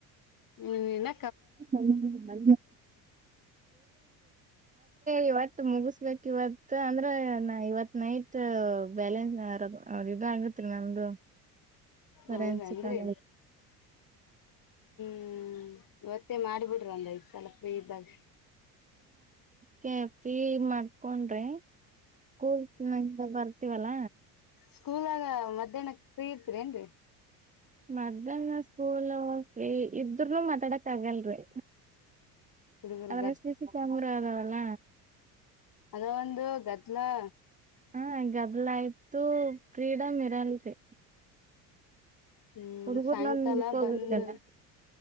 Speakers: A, on the left; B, on the right.
A: ಹ್ಮ ಇಲ್ಲ
B: ಅ ಇವ ಮುಗಿಸಬೇಕಕ್ ಇವತ್ ಅಂದ್ರೆ ಇವತ್ ನೈಟ್ ಬ್ಯಾಲೆನ್ಸ್ ಆರದು ಅವೌದ ಇ ಆಗತ್ರಿ ನಮ್ದು
A: ಹೌದನ್ರಿ
B: ರೆನ್ಸಿಕ್ ಆ
A: ಹ್ಮ್ ಮತ್ತ ಮಾಡ್ಬಿ್ರ ಒಂದ್ಐ್ ಸ್ವಲ್ಪ ಇದ್ದಾಗ
B: ಕೆಫ್ರೀ ಮಾಡ್ಕೊಂಡ್ರಿ ಕಕೂಲ್ ಚಿಂದ ಬರ್ತೀವಲ್ಲ
A: ಸ್ಕೂಲ್ಾಗ ಮಧ್ಯಾಹ್ನ ಫ್ರೀ ಇರ್ತೀರ ಏನ್ರರಿ
B: ಮಧ್ಯಾಹ್ನ ಸ್ಕೂಲ್ <unintelligible> ಇದ್ರನು ಮಾತಾಡಕ್ ಆಗಲ್ರಿ
A: ಹುಡುಗರ್
B: ಅದ ಸಿಾಮರ ಲ್ಲ.
A: ಅದೊಂದು ಗದಲಾ.
B: ಹಾ ಗದಲ ಆಯ್ತು ಫ್ರೀಡಮ್ ಇರಲ್ರಿ.
A: ಹ್ಮ್
B: ಹುಡುಗೂರ್
A: ಸಾಯಂಕಾಲ
B: ನನ್ ಹುಡ್ಕೋಬೇಕಲ್ಲ
A: ಬಂದ